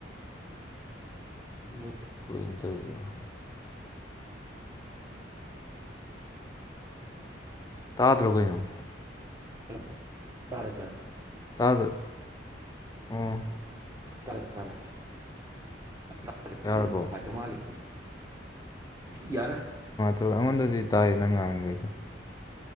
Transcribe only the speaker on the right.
ꯍ
ꯍꯜꯂꯣ ꯇꯥꯔꯦ ꯇꯥꯔꯦ
ꯇꯔꯦ ꯇꯔꯦ ꯅꯦꯠꯋꯥꯛ
ꯅꯨꯡꯉꯥꯏꯇꯥ ꯃꯥꯂꯤ ꯌꯥ ꯔꯦ